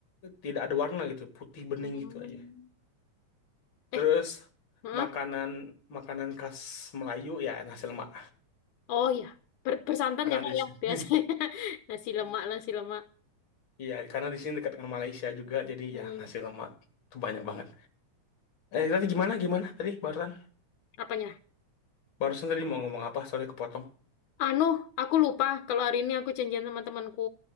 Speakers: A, on the left; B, on the left.
A: tidak ada warna gitu, putih bening
B: Hmm.
A: gitu aja.
B: Eh,
A: Terus
B: heeh.
A: makanan makanan khas Melayu ya nasi lemak.
B: Oh ya, Ber- bersantan
A: Karena
B: ya Kak
A: di sini,
B: yang biasanya <laughs> nasi lemak,
A: <laughs>
B: nasi lemak.
A: iya karena di sini dekat dengan Malaysia juga, jadi
B: Hmm.
A: ya nasi lemak tuh banyak banget. Eh tadi gimana gimana tadi barusan
B: Apanya?
A: barusan tadi mau ngomong apa? Sorry kepotong.
B: Anu, aku lupa kalau hari ini aku janjian sama temanku.